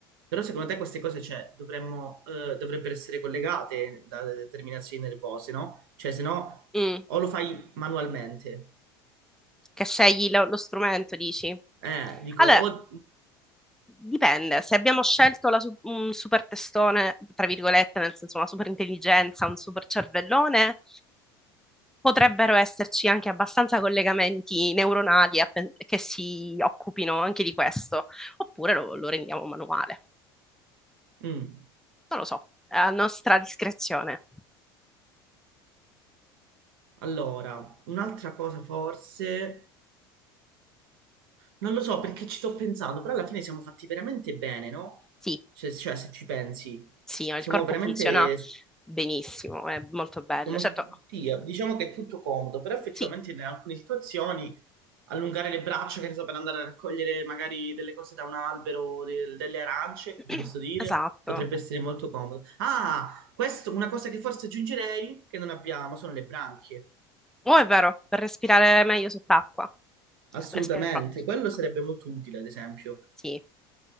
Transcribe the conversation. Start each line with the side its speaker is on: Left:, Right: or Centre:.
Right: Però secondo te queste cose, cioè, dovremmo, eh, dovrebbero essere collegate da determinazioni nervose, no? Cioè, se no,
Centre: Mm.
Right: o lo fai manualmente.
Centre: Che scegli lo, lo strumento, dici?
Right: Eh, dico,
Centre: Allora,
Right: o...
Centre: dipende. Se abbiamo scelto la su- un super testone, tra virgolette, nel senso una super intelligenza, un super cervellone, potrebbero esserci anche abbastanza collegamenti neuronali a pen- che si occupino anche di questo, oppure lo, lo rendiamo manuale.
Right: Mm.
Centre: Non lo so, è a nostra discrezione.
Right: Allora, un'altra cosa forse... Non lo so perché ci sto pensando, però alla fine siamo fatti veramente bene, no?
Centre: Sì,
Right: Cioè, cioè, se ci pensi,
Centre: sì, il
Right: siamo
Centre: corpo
Right: veramente...
Centre: funziona benissimo, è molto bello.
Right: Siamo
Centre: Certo,
Right: spia- diciamo che è tutto comodo, però effettivamente
Centre: sì,
Right: in alcune situazioni allungare le braccia, che ne so, per andare a raccogliere magari delle cose da un albero, de- delle arance,
Centre: <clears throat>
Right: che ti posso dire,
Centre: esatto.
Right: potrebbe essere molto comodo. Ah, questo, una cosa che forse aggiungerei, che non abbiamo, sono le branchie.
Centre: Oh, è vero, per respirare meglio sott'acqua. Per
Right: Assolutamente,
Centre: respirare proprio.
Right: quello sarebbe molto utile, ad esempio.
Centre: Sì.